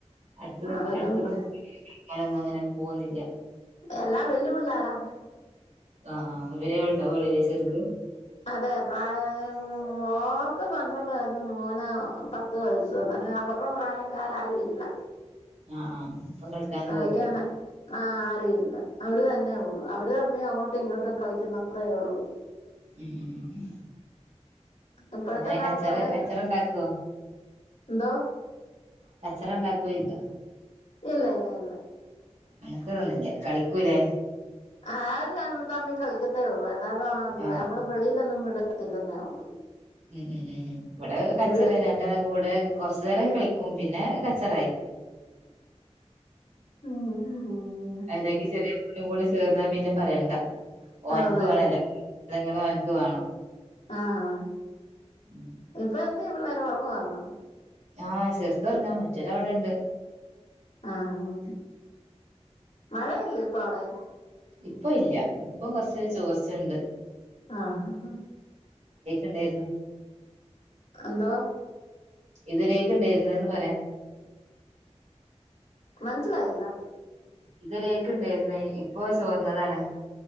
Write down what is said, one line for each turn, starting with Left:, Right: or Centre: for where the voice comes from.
Right: അടുത്ത
Left: അതുകൊണ്ട്
Right: അടുത്തൊന്നും കളിക്കാനൊന്നും അങ്ങനെ പോവൊന്നില്ല
Left: എല്ലാം വല്യ പിള്ളാരാ
Right: ആഹ് ആഹ് ഇവരെ ഉണ്ടാവുവടേ ചെറുത്
Left: അതെ പ്രായവായ മോക്ക് പന്ത്രണ്ട് വയസ് മോന് പത് ത്ത് വയസും അങ്ങനെ അവരുടെ പ്രായക്കാരാരും ഇല്ല
Right: ആഹ് ആഹ് ഒപ്പം കളിക്കാനൊന്നും
Left: കളിക്കാനാ
Right: പോവൂല
Left: ആരും ഇല്ല അവര് തന്നേ ഉള്ളു അവര് തമ്മീ അങ്ങോട്ടും ഇങ്ങോട്ടും കളിക്കുന്നതേ ഉള്ളൂ
Right: ഉം ഉം ഉം ഉം
Left: ഇപ്പോഴത്തെ
Right: എങ്ങനെ
Left: കാലത്ത്
Right: കച്ചറേ കച്ചറേണ്ടാക്കുവോ
Left: ന്തോ
Right: കച്ചറ ഉണ്ടാക്കോയിക്ക
Left: ഇല്ല ഇല്ല ഇല്ല
Right: അങ്നത്തതൊന്നൂല്ല കളിക്കൂലേ
Left: ആഹ് അവര് തമ്മി തമ്മി കളിക്കത്തേ ഉള്ളു അല്ലാതെ
Right: ആഹ്
Left: നമ്മള് വെളിയിലൊന്നും വിടത്തില്ലെന്നേ ഉള്ളു
Right: ഉം ഉം ഉം ഇവിടെ കച്ചറേ
Left: വീ
Right: രണ് ണ്ടാളുംകൂടെ കുറച്ചു നേരം കളിക്കും പിന്നെ കച്ചറായി
Left: ഉം ഉം
Right: അനക്ക് ചെറിയ ഓനും കൂടി ചേർന്നാ പിന്നെ പറയണ്ട ഓന്ക്ക്
Left: അതെ
Right: വേണല്ലാം സാദനങ്ങളും അവന്ക്ക് വേണം
Left: ആഹ് ആഹ്
Right: ഉം
Left: ഇപ്പൊ എന്ത്യേ പിള്ളേര് ഒറങ്ങുവാന്നോ
Right: ആഹ് ചെറുതൊറങ്ങാ മറ്റോരവ്ടെണ്ട്
Left: ആഹ് ആഹ് മഴയില്ലേ ഇപ്പൊ അവിടെ
Right: ഇപ്പ ഇല്ല ഇപ്പം കുറച്ച് ചോർച്ചയുണ്ട്
Left: ആഹ് ആഹ്
Right: ഉണ്ടായിരുന്നു
Left: എന്താ
Right: ഇതുവരെയൊക്കെ ഉണ്ടായിരുന്ന് പറയാം
Left: മനസിലായില്ല
Right: ഇതവരൊക്കെ ഉണ്ടായിരുന്നേ ഇപ്പോ ചോർന്നതാണ്